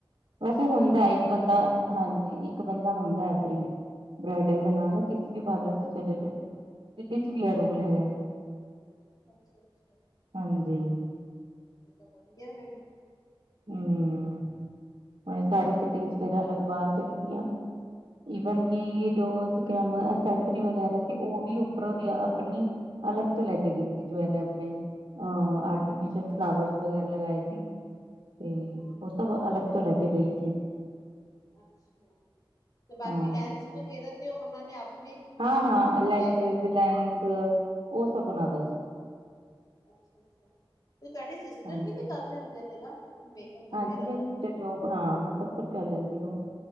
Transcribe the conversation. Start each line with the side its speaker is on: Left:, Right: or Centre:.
Right: ਵੈਸੇ
Left: ਉਹਨਾਂ
Right: ਹੁੰਦਾ
Left: ਨੂੰ ਕੀ
Right: ਇੱਕ
Left: ਪਤਾ
Right: ਬੰਦਾ ਹਾਂਜੀ। ਇੱਕ ਬੰਦਾ ਹੁੰਦਾ ਹੈ ਫਰੀ, ਬ੍ਰੈਡਲ ਦੇ ਨਾਲ ਨਾ ਕਿਸੇ ਵੀ ਪਾਰਲਰ ਚ ਚਲੇ ਜਾਓ ਦਿੱਲੀ ਚ
Left: ਅੱਛਾ-ਅੱਛਾ-ਅੱਛਾ-ਅੱਛਾ।
Right: ਵੀ ਇਹ ਰੂਲ ਹੈਗਾ ਹਾਂਜੀ।
Left: ਇਹ ਤਾਂ ਵਧੀਆ ਹੈਗਾ।
Right: ਹੂੰ, ਸਾਰੀ ਸਿਟਿੰਗ ਫੇਰ ਅਲਗ ਬਾਹਰ ਤੋਂ ਲਿੱਤੀਆਂ। ਈਵਨ ਕਿ ਜੋ, ਅਸੈਸਰੀ ਵਗੈਰਾ ਸੀ। ਉਹ ਵੀ ਉੱਪਰੋਂ ਦੀ ਆਪਣੀ ਅਲੱਗ ਤੋਂ ਲੈ ਕੇ ਗਈ ਸੀ। ਜੋ ਇਹਨੇ ਆਪਣੇ ਅ- ਆਰਟੀਫਿਸ਼ਲ ਫਲਾਵਰ ਵਗੈਰਾ ਲਗਾਏ ਸੀ। ਤੇਈ,
Left: ਹਮ ਹਮ
Right: ਉਹ ਸਭ ਅਲੱਗ ਤੋਂ ਲੈ ਕੇ ਗਈ ਸੀ।
Left: ਅੱਛਾ। ਤੇ ਬਾਕੀ
Right: ਹਾਂ
Left: ਲੈਂਸ ਵਗੈਰਾ ਤੇ ਉਹਨਾਂ ਨੇ ਆ ਨਹੀਂ ਦਿੱਤੇ
Right: ਹਾਂ
Left: ਹੋਣੇ
Right: ਹਾਂ
Left: ਨੇ, ਕੀ
Right: ਲੈਸ਼ਿਸ
Left: ਕਹਿ ਕੇ
Right: ਲੈਂਸ, ਉਹ ਸਭ ਬਣਾਦਾ ਸੀ।
Left: ਅੱਛਾ-ਅੱਛਾ। ਤੇ ਤੁਹਾਡੇ ਸਿਸਟਰ
Right: ਹਾਂਜੀ
Left: ਵੀ ਤੇ ਕਰ ਲੈਂਦੇ ਨੇ ਨਾ? ਮੇਕਅਪ ਵਗੈਰਾ
Right: ਹਾਂਜੀ, ਮੇਰੀ
Left: ਦਾ
Right: ਸਿਸਟਰ ਜੋਬ ਹਾਂ। ਸਭ ਕੁਛ ਕਰ ਲੈਂਦੀ ਓ।